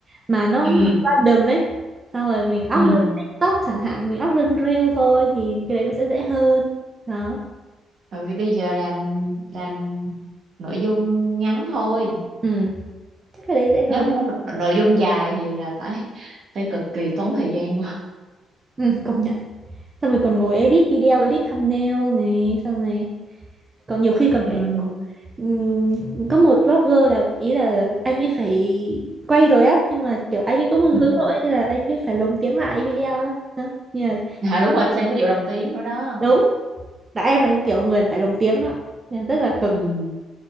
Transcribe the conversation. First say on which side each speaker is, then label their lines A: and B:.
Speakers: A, on the right; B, on the right.
A: mà nó
B: ừ
A: random ấy xong rồi mình up
B: ừ
A: lên TikTok chẳng hạn mình up lên Reel thôi thì cái đấy nó sẽ dễ hơn đó
B: rồi thì bây giờ làm làm nội dung ngắn thôi
A: ừ chắc cái đấy dễ hơn
B: nếu muốn
A: đấy
B: nội, nội dung dài thì là phải phải cực kỳ tốn thời gian quá
A: ừ, công nhận xong rồi còn ngồi edit video edit thumbnail này xong rồi còn nhiều khi còn
B: ừ.
A: phải
B: <laughs>
A: ừm, có một blogger là ý là anh ấy phải quay rồi á nhưng mà kiểu anh ấy cũng hướng
B: Ừ.
A: nội nên là anh ấy phải lồng tiếng lại video đó, đó. Nhưng mà
B: À, đúng rồi thêm cái vụ đồng tiếng nữa đó
A: đúng là em là cái kiểu người là phải lồng tiếng đó nên là rất là cực
B: ừ.